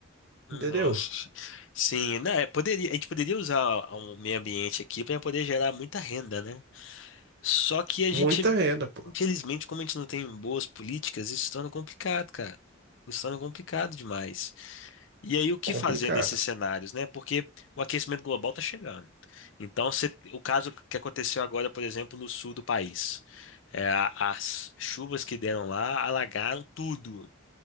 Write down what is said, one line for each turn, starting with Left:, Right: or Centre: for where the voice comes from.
Left: Nossa.
Right: entendeu?
Left: Sim, né? é, Poderia, a gente poderia usar o meio ambiente aqui para poder gerar muita renda, né? Só que a
Right: Muita
Left: gente,
Right: renda, pô.
Left: infelizmente, como a gente não tem boas políticas, isso se torna complicado, cara. Isso se torna complicado demais. E aí, o que
Right: Complicado.
Left: fazer nesses cenários, né? Porque o aquecimento global está chegando. Então, se- o caso que aconteceu agora, por exemplo, no sul do país, é, a- as chuvas que deram lá alagaram tudo.